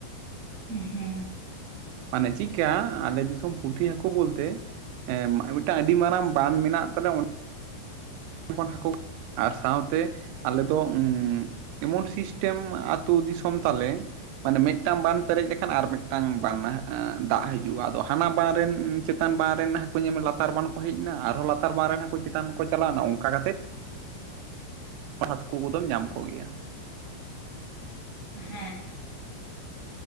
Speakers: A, on the right; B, on the right.
A: ᱦᱮᱸ ᱦᱮᱸ᱾
B: ᱢᱟᱱᱮ ᱪᱤᱫᱠᱟ, ᱟᱞᱮ ᱫᱤᱥᱚᱢ ᱯᱩᱴᱷᱤ ᱦᱟᱹᱠᱩ ᱵᱚᱞᱛᱮ ᱮᱸ ᱢᱮ ᱢᱤᱫᱴᱟᱝ ᱟᱹᱰᱤ ᱢᱟᱨᱟᱝ ᱵᱟᱱ ᱢᱮᱱᱟᱜ ᱛᱟᱞᱮᱭᱟ ᱚ <inaudible> ᱟᱨ ᱥᱟᱶᱛᱮ ᱟᱞᱮ ᱫᱚ ᱩᱸ ᱮᱢᱚᱱ ᱥᱤᱥᱴᱮᱢ ᱟᱹᱛᱩ ᱫᱤᱥᱚᱢ ᱛᱟᱞᱮ ᱢᱟᱱᱮ ᱢᱤᱫᱴᱟᱝ ᱵᱟᱱ ᱯᱮᱨᱮᱡ ᱞᱮᱠᱷᱟᱱ ᱟᱨ ᱢᱤᱫᱴᱟᱝ ᱵᱟᱱ ᱫᱟᱜ ᱦᱤᱡᱩᱜᱼᱟ ᱟᱫᱚ ᱦᱟᱱᱟ ᱵᱟᱱ ᱨᱮᱱ ᱩᱸ ᱪᱮᱛᱟᱱ ᱵᱟ ᱨᱮᱱ ᱦᱟᱹᱠᱩ ᱧᱮᱞᱢᱮ ᱞᱟᱛᱟᱨ ᱵᱟᱱ ᱠᱚ ᱦᱮᱡ ᱮᱱᱟ ᱟᱨᱦᱚᱸ ᱞᱟᱛᱟᱨ ᱵᱟᱨ ᱨᱮᱱ ᱦᱟᱹᱠᱩ ᱪᱮᱛᱟᱱ ᱠᱚ ᱪᱟᱞᱟᱣ ᱮᱱᱟ ᱚᱱᱠᱟ ᱠᱟᱛᱮ ᱦᱟᱛᱠᱩ ᱠᱚᱫᱚᱢ ᱧᱟᱢ ᱠᱚᱜᱮᱭᱟ᱾
A: ᱦᱮᱸ ᱦᱮᱸ᱾